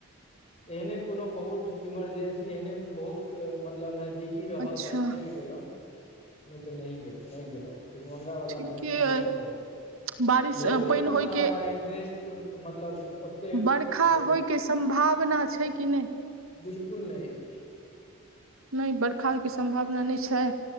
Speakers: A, on the left; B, on the right.
A: एहने कोनो बहुत इमरजेंसी एहने बहुत मतलब नजदीक की रहल
B: अच्छा
A: तहन चलि गेलहुँ नहि तऽ नहि गेलहुँ नहि गेलहुँ भीखमंगा वाला
B: ठीके
A: मे ओनाहियो
B: अइ
A: नहि जाय छि
B: बारिश
A: भोजमे
B: पानि
A: ओना
B: होयके
A: हमरा इन्टरेस्ट मतलब ओते
B: बरखा
A: भोज
B: होय के सम्भावना छै की नहि
A: बिल्कुल नहि अछि
B: नहि बरखा होइके सम्भावना नहि छै